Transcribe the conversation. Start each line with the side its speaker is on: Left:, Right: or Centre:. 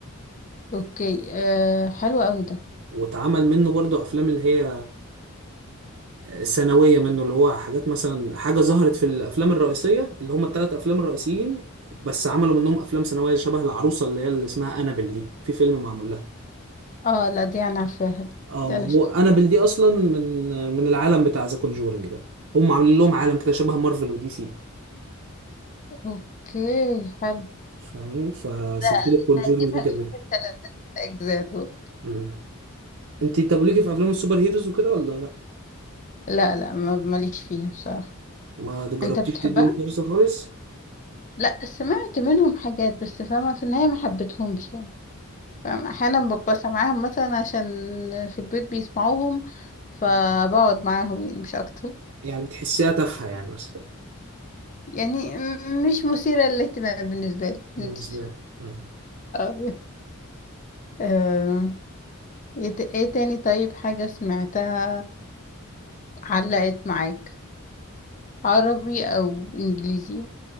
Left: اوكي آه حلو قوي ده
Right: واتعمل منه برضه أفلام اللي هي ثانوية منه اللي هو حاجات مثلا حاجة ظهرت في الأفلام الرئيسية اللي هم الثلاث أفلام الرئيسيين بس عملوا منهم أفلام ثانوية شبه العروسة اللي هي اللي اسمها أنابل دي في فيلم معمول لها
Left: اه لا دي انا عارفاها دي
Right: اه
Left: ده
Right: ما
Left: انا
Right: هو
Left: شفتها
Right: أنابل دي أصلا من من العالم بتاع ذا كونجورنج ده هم عاملين لهم عالم كده شبه مارفل ودي سي
Left: اوكي حلو
Right: فاهمني فسلسلة
Left: ده
Right: كونجورنج
Left: انا اكيد
Right: دي
Left: هشوف
Right: جميلة
Left: الثلاث اجزاء دول
Right: مم. انت طب ليكي في أفلام السوبر هيروز وكده ولا لا؟
Left: لا لا ما- ماليش فيها بصراحة
Right: ما جربتيش
Left: انت بتحبها
Right: تديهم فرصة خالص؟
Left: لا سمعت منهم حاجات بس فاهمة في النهاية ما حبيتهمش يعني فاهمة احيانا ببقى سامعاهم مثلا عشان في البيت بيسمعوهم فبقعد
Right: مم.
Left: معاهم يعني مش اكتر
Right: يعني بتحسيها تافهة يعني مثلا
Left: يعني م- مش مثيرة للاهتمام بالنسبة لي
Right: بالنسبة
Left: مش-
Right: لك مم.
Left: اه آم، ايه ت- إيه تاني طيب حاجة سمعتها علقت معاك عربي او انجليزي